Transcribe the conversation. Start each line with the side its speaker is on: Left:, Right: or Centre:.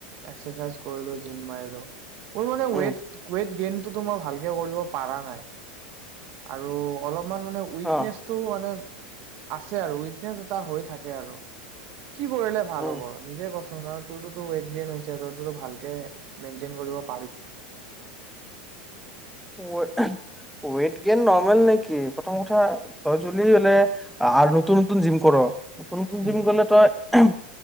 Right: এক্সাৰচাইজ কৰিলো জিম মাৰিলো মোৰ মানে
Centre: উম
Right: ৱেট ৱেট গেন হেতু টো মই ভালকে কৰিব পাৰা নাই আৰু অলপ তোমাক মানে উইকনেচটো
Centre: অ
Right: মানে আছে আৰু উইকনেছ এটা হৈ থাকে আৰু কি কৰিলে ভাল
Centre: উম
Right: হ'ব নিজে ক কাৰণ তোৰ টু টো ৱেট গেন হৈছে তই টো ভালকে মেইনণ্টেইন কৰিব পাৰা
Centre: ৱেইট গেইন নৰ্মেল নেকি প্ৰথম উঠা তই জল হলে নতুন নতুন জিম কৰ নতুন নতুন
Right: উম
Centre: জিম গলে তই হো